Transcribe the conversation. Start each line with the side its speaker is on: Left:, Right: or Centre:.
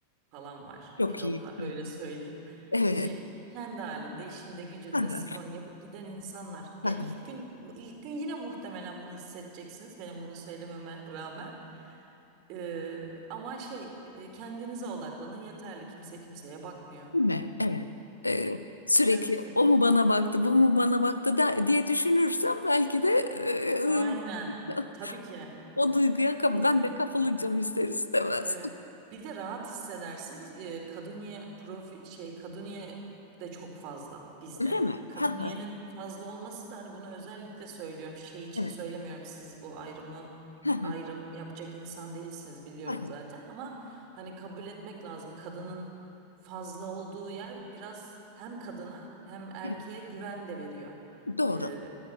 Right: falan var.
Left: Çok
Right: Pilotlar
Left: iyi. Hı,
Right: öyle söyleyeyim.
Left: Evet.
Right: Şey kendi halinde, işinde, gücünde
Left: Hı hı,
Right: sporunu yapıp giden insanlar. Ya
Left: hı hı,
Right: ilk gün ilk gün yine muhtemelen bunu hissedeceksiniz benim bunu söylememe rağmen. Ee, ama şey e, kendinize odaklanın yeterli. Kimse kimseye bakmıyor.
Left: Değil mi? Evet. e, sürekli
Right: Tabii ki.
Left: o mu bana baktı, bu mu bana baktı der, diye düşünürsem belki de e,
Right: Aynen.
Left: e, <laughs>
Right: Tabii ki.
Left: o duyguya kap-
Right: Kesinlikle.
Left: ben de kapılacağım ister istemez.
Right: Evet. Bir de rahat hissedersiniz. Ee, Kaduniye profi şey Kaduniye de çok fazla bizde.
Left: Değil mi?
Right: Kaduniye'nin
Left: Hı hı,
Right: fazla olması da hani bunu özellikle söylüyorum. Şey için
Left: Evet.
Right: söylemiyorum. Siz bu ayrımı
Left: Hı hı,
Right: ayrım yapacak insan değilsiniz biliyorum
Left: hı hı,
Right: zaten ama hani kabul etmek lazım. Kadının fazla olduğu yer biraz hem kadına hem erkeğe
Left: Evet.
Right: güven de veriyor.
Left: Doğru.
Right: Ee,